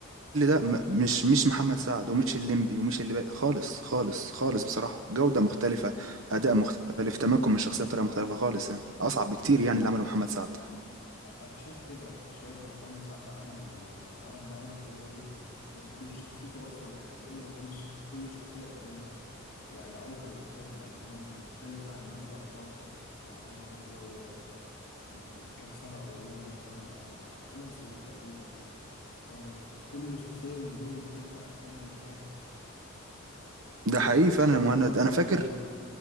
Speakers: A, on the right (about 65°); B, on the left (about 85°).
A: اللي ده م- مش مش محمد سعد ومش الليمبي ومش اللي بقى خالص خالص خالص بصراحة جودة
B: دي
A: مختلفة أداء مختلف تمكن من الشخصية بطريقة مختلفة خالص يعني أصعب بكتير يعني اللي عمله محمد سعد
B: انا شايف كده شايف ان محمد سعد عمل آه، عمل نقله قويه جدا بين بين شخصيته اصلا الحقيقيه وبين الشخص كل شخصيه قدمها يعني عوكل مختلف عن الليمبي مختلف عن فيفا قطاطا اللي عملها برضو آه، من من كذا سنه قريبه من 8 او 8 سنين تقريبا آه، ك- كل شخصيه من دول مختلفه عن التانيه نهائي
A: ده حقيقي فعلا
B: غير
A: يا مهند
B: كركر
A: أنا فاكر
B: كمان